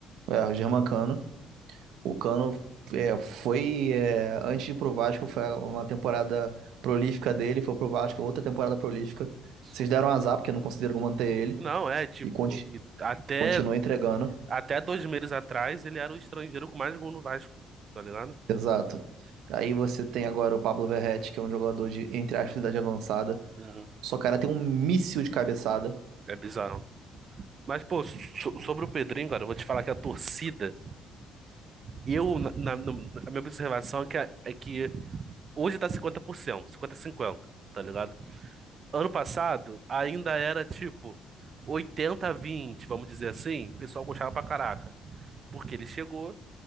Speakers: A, on the right; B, on the right.
A: É, o Germancano. O Cano é, foi é, antes de ir pro Vasco, foi uma temporada prolífica dele, foi pro Vasco, outra temporada prolífica.
B: Absurdo.
A: Vocês deram azar, porque não conseguiram manter ele
B: Não, é, tipo,
A: e conti-
B: e até,
A: continua entregando.
B: até dois meses atrás ele era o estrangeiro com mais gol no Vasco, tá ligado?
A: Exato. Aí você tem agora o Pablo Verretti, que é um jogador de, entre aspas, idade avançada.
B: Uhum.
A: Só cara tem um míssil de cabeçada.
B: É bizarro. Mas, pô, so-
A: Tipo,
B: sobre o Pedrinho, cara, eu vou te falar que a torcida, eu, na, na, no- a minha observação é que, a- é que Hoje tá 50%, 50 cinquenta, a cinquenta, tá ligado? Ano passado ainda era tipo 80 vinte, vamos dizer assim. O pessoal gostava pra caraca. Porque ele chegou,